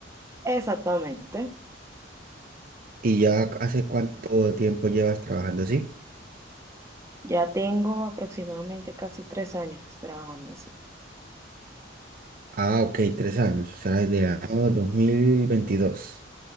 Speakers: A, on the right (about 15°); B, on the right (about 50°).
A: Exactamente.
B: ¿Y ya hace cuánto tiempo llevas trabajando así?
A: Ya tengo aproximadamente casi tres años trabajando así.
B: Ah, ok, tres años, o sea, desde el año 2022.